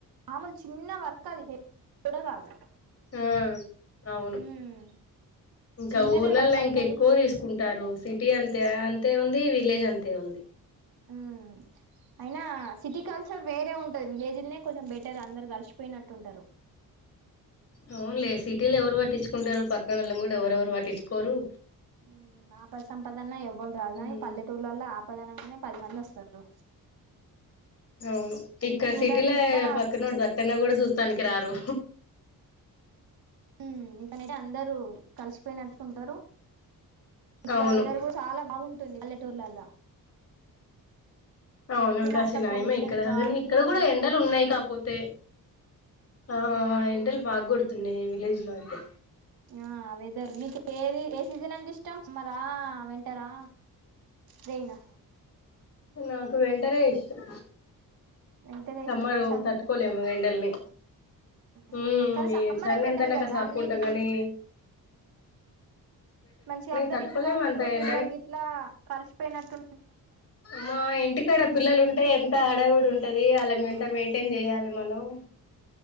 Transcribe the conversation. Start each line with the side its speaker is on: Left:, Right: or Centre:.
Right: మామలు చిన్న వర్క్ అది హెవీ కూడా కాదు
Left: ఆ అవును
Right: ఉమ్
Left: ఇంకా
Right: చిన్నదే
Left: ఊర్లల్లో
Right: వర్క్ అయినా
Left: ఇంక ఎక్కువ
Right: కూడా
Left: తీసుకుంటారు సిటీ అంతా ద్య అంతే ఉంది విలేజ్ అంతే ఉంది
Right: ఉమ్ అయినా సిటీ కల్చర్ వేరే ఉంటది విలేజ్లనే కొంచెం బెటర్ అందరు కలిసిపోయినట్టుంటారు
Left: అవునులే సిటీలో ఎవరు పాటించుకుంటారు పక్కనల్ళం కూడా ఎవరుెవరు పాటించుకోరు
Right: హ్మ్ ఆపద సంపాదన ఎవ్వరు రాదు
Left: ఉమ్
Right: కానీ పల్లెటూర్లలో ఆపదనంగానే పది మంది వస్తారు
Left: అవును ఇక్కడ
Right: చూడ్డానికి
Left: సిటీల
Right: కూడా
Left: పక్క నోడదు సత్తెన్న కూడా చూస్తానికి రారు
Right: ఉమ్ ఇక్కడ నైతే అందరుూ కలిసిపోయినట్టుకుంటారు ఇక్కడరు
Left: అవును
Right: కూడా చాలా బాగుంటుంది పటూర్లా
Left: అవును కాశినయమా
Right: అంతా పొల్యూషన్
Left: ఇక్కడ
Right: గాలి
Left: కానీ ఇక్కడ
Right: పొల్యూషన్
Left: కూడా ఎండలు
Right: ఉంటది
Left: ఉన్నాయి కాపోతే ఆ ఎండలు బాగు కొడుతున్నాయి విలేజ్ లో అయితే
Right: ఆ వెదరు మీకు ఏది ఏ సీజన్ అంటే ఇష్టం సమరా వెంటరా రయినా
Left: నాకు వింటర్ రే ఇష్టం
Right: వింటరే
Left: సమ్మరు
Right: ఇష్టమా చలి
Left: తట్టుకోలేము
Right: ఉంటదనా
Left: ఎండల్ని
Right: అవునా
Left: ఉ
Right: కానీ సమ్మరే
Left: చన్న
Right: బెటర్
Left: ఎంటన్నా
Right: కదా
Left: కస ఆపుకుంటాం
Right: అన్నిటికి
Left: కానీ
Right: మంచి అందరు
Left: తట్టుకోలేము
Right: ఇంటికాళండ్రరు
Left: అంత ఎండని
Right: పిల్లలకి ఇట్లా కలిసిపోయినట్టు
Left: మా ఇంటికాడ పిల్లలు ఉంటేయి ఎంత హడవుడి ఉంటది వాళ్ని అంత మెయింటైన్ చేయాలి మనం